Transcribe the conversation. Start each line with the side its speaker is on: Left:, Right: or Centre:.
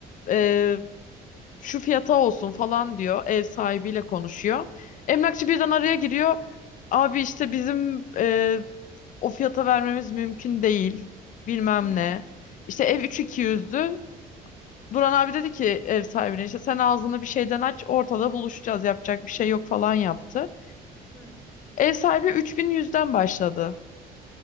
Left: e, şu fiyata olsun falan diyor. Ev sahibiyle konuşuyor. Emlakçı birden araya giriyor. Abi işte bizim e, o fiyata vermemiz mümkün değil. Bilmem
Centre: Hı hı.
Left: ne. İşte ev 3200'dü. Duran abi dedi ki ev sahibine işte sen ağzını bir şeyden aç ortada buluşacağız yapacak bir şey yok falan yaptı.
Centre: Hı.
Left: Ev sahibi 3100'den başladı.